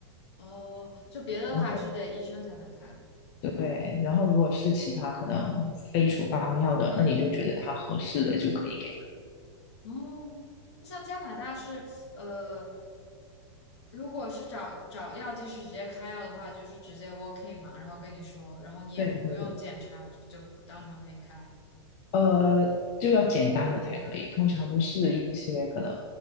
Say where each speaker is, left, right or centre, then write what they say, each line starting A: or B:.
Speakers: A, on the left (about 65°); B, on the left (about 45°).
A: 哦，就别的的话还是得医生才能开。
B: 然后对，然后如果是其他可能非处方药的，那你就觉得它合适的就可以给。
A: 哦，那像加拿大是呃，如果是找找药剂师直接开药的话，就是直接 walk in 嘛，然后跟你说，然后你也不用检查，
B: 对，
A: 就当场可以开。
B: 呃，就要简单的才可以，通常都是一些可能